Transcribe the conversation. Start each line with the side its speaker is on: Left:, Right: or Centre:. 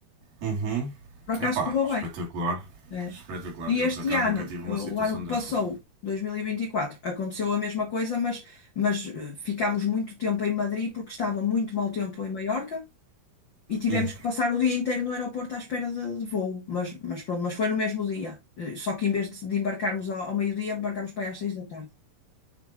Right: Uhum.
Left: Por acaso
Right: Epá,
Left: correu
Right: espetacular.
Left: bem, né?
Right: Espetacular.
Left: E
Right: Eu
Left: este
Right: por acaso
Left: ano,
Right: nunca tive uma
Left: eh,
Right: situação
Left: o ano que
Right: dessas.
Left: passou, 2024, aconteceu a mesma coisa, mas, mas eh, ficámos muito tempo em Madrid porque estava muito mau tempo em Maiorca. E tivemos
Right: Hum.
Left: que passar o dia inteiro no aeroporto à espera de, de voo. Mas, mas pronto, mas foi no mesmo dia. Eh, Só que em vez de, de embarcarmos ao, ao meio-dia, embarcámos para aí às seis da tarde.